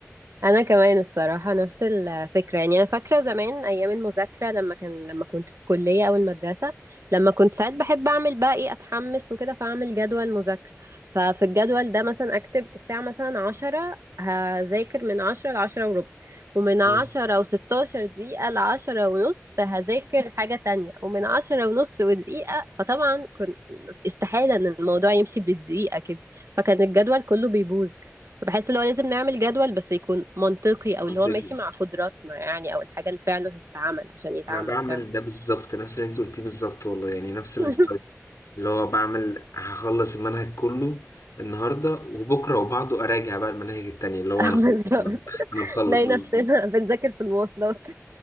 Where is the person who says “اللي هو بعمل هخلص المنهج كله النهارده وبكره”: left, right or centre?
Left